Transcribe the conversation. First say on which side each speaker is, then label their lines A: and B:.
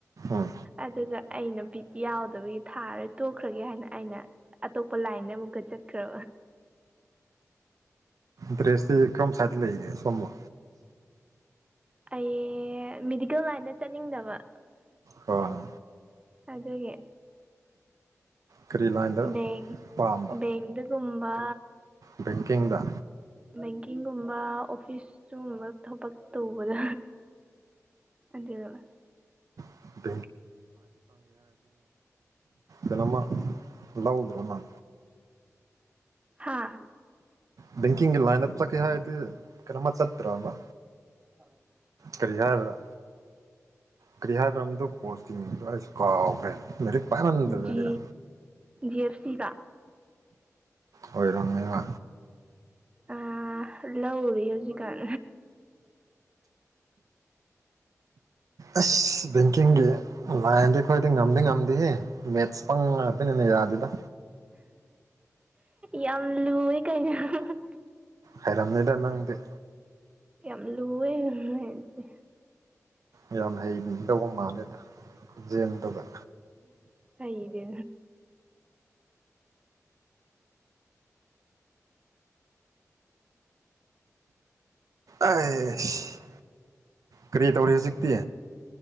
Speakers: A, on the right (about 80°); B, on the right (about 20°).
A: ꯎꯝ
B: ꯑꯗꯨꯒ ꯑꯩꯅ ꯕꯤꯤꯠꯤ ꯌꯥꯎꯗꯕꯒꯤ ꯊꯥꯔꯣꯏ ꯇꯣꯛꯈ꯭ꯔꯒꯦ ꯍꯥꯏꯅ ꯑꯩꯅ ꯑꯇꯣꯞꯄ ꯂꯥꯏꯟꯗ ꯑꯃꯨꯛꯀ ꯆꯠꯈ꯭ꯔꯣ
A: ꯇ꯭ꯔꯦꯁꯇꯤ ꯑꯦꯝ ꯁꯥꯥꯏꯗ ꯂꯩꯗꯦ ꯁꯣꯝꯃ
B: ꯑꯩ ꯃꯦꯗꯤꯀꯦꯜ ꯂꯥꯏꯟꯗ ꯆꯠꯅꯤꯡꯗꯕ
A: ꯍ ꯍ
B: ꯑꯗꯨꯒ
A: ꯀꯔꯤ ꯂꯥꯏꯟꯗ
B: ꯕꯦꯡ
A: ꯄꯥꯝꯕ
B: ꯕꯦꯡꯗꯒꯨꯝꯕ
A: ꯕꯦꯡꯀꯤꯡꯗ
B: ꯕꯦꯡꯀꯤꯡꯒꯨꯝꯕ ꯑꯣꯐꯤꯁ ꯁꯨꯝꯨꯝꯕ ꯊꯕꯛ ꯇꯧꯕꯗ ꯑꯗꯨꯗ
A: <unintelligible> ꯅꯃ ꯅ ꯑꯣꯏꯗꯔꯣꯅꯥ
B: ꯍꯥꯥ
A: ꯕꯦꯡꯀꯤꯡꯒꯤ ꯂꯥꯏꯟꯗ ꯆꯠꯀꯦ ꯍꯥꯏꯗꯤ ꯀꯩꯅꯣꯝꯃ ꯆꯠꯇ꯭ꯔꯣꯕ
B: ꯍ <inaudible>
A: ꯀꯔꯤꯍꯥꯢꯕꯗ ꯀꯔꯤ ꯍꯥꯏꯕ꯭ꯔ ꯑꯗꯣ ꯄꯣꯁꯒꯤꯡ ꯃꯃꯤꯡꯗꯣ ꯑꯩꯁꯨ ꯀꯥꯎꯒꯔꯦ ꯂꯥꯏꯔꯤꯛ ꯄꯥꯏꯃꯟꯗꯕꯒꯤꯔ
B: ꯖꯤ ꯑꯦꯐ ꯁꯤ ꯀ
A: ꯑꯣꯏꯔꯣꯃꯦꯕ
B: ꯑ ꯂꯧꯔꯤ ꯍꯧꯖꯤꯛꯀꯥꯟ
A: ꯑꯁ ꯕꯦꯡꯀꯤꯡꯒꯤ ꯂꯥꯏꯟꯗꯤ ꯑꯩꯈꯣꯏꯗꯤ ꯉꯝꯗꯤ ꯉꯝꯗꯤꯦꯍꯦ ꯃꯦꯠꯁ ꯄꯪ ꯉꯥꯛꯇꯅꯤꯅ ꯌꯥꯗꯤꯗ
B: ꯌꯥꯝ ꯂꯨꯑꯦ ꯀꯥꯏꯩꯅꯣ
A: ꯍꯔꯝꯅꯗꯗꯤ
B: ꯌꯥꯝ ꯂꯨꯑꯦꯉꯁꯦ
A: ꯌꯥꯝ ꯍꯩꯅꯤꯡꯗꯧꯕ ꯃꯥꯜꯂꯦꯗ ꯈꯣꯟꯖꯦꯜꯗꯨꯒ
B: ꯍꯗ
A: ꯑꯦꯁ ꯀꯔꯤ ꯇꯧꯔꯤ ꯍꯧꯖꯤꯛꯇꯤ